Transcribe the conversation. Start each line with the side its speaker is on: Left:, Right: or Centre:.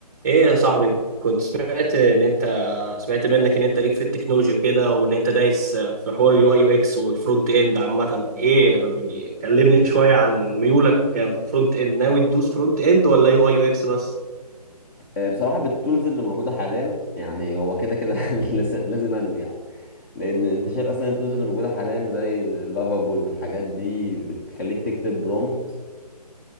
Right: ايه يا صاحبي كنت سمعت ان انت سمعت منك ان انت ليك في التكنولوجي وكده وان انت دايس في حوار اليو اي يو اكس والفرونت اند عامة ايه يعني كلمني شوية عن ميولك في الفرونت اند ناوي تدوس فرونت اند ولا يو اي يو اكس بس
Left: آه، بصراحة بالتولز اللي موجودة حاليا يعني هو كده كده <laughs> لس- لازم انوي يعني لأن أنت شايف أصلا التولز اللي موجودة حاليا زي اللافابول والحاجات دي بتخليك تكتب برومت